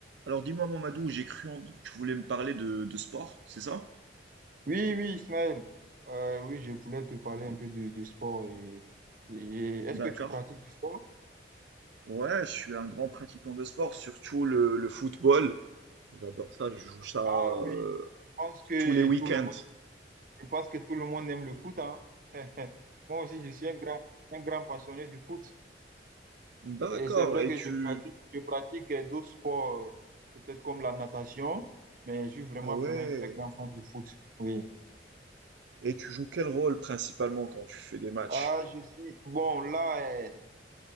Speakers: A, on the right (about 75°); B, on the right (about 45°).
A: Alors dis-moi, Mamadou, j'ai cru en doute que tu voulais me parler de, de sport, c'est ça?
B: Oui, oui, Ismaël. Euh, oui, je voulais te parler un peu de, de sport. Et, et est-ce
A: D'accord.
B: que tu pratiques du sport?
A: Ouais, je suis un grand pratiquant de sport, surtout le, le football. J'adore ça, je joue ça
B: Ah
A: euh,
B: oui, je pense que
A: tous les week-ends.
B: tout le monde, je pense que tout le monde aime le foot, hein. <laughs> Moi aussi, je suis un grand, un grand passionné du foot.
A: D'accord,
B: Et c'est vrai
A: et
B: que
A: tu...
B: je pratique, je pratique euh, d'autres sports, euh, peut-être comme la natation, mais je suis vraiment,
A: Ah ouais,
B: vraiment un très grand fan du foot. Oui.
A: et tu joues quel rôle principalement quand tu fais des matchs?
B: Ah, je suis. Bon, là, euh,